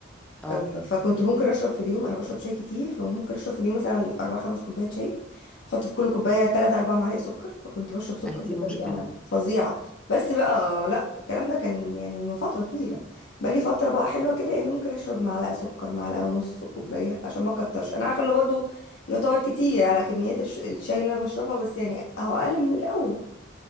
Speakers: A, in the centre; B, on the left.
A: اه
B: أه، فكنت ممكن اشرب في اليوم انا بشرب شاي كتير فممكن اشرب في اليوم مثلا اربع خمس كوبايات شاي احط في كل كوبايه 3 4 معالق سكر فكنت بشرب سكر
A: اهي
B: بطريقه
A: دي مشكله
B: فظيعه بس بقى لا الكلام ده كان يعني من فتره طويله بقى لي فتره بقى حلوه كده يعني ممكن اشرب معلقه سكر معلقه ونص في الكوبايه عشان ما اكترش انا عارفه انه برضو يعتبر كتير على كميات الش- الشاي اللي انا بشربها بس يعني اهو اقل من الاول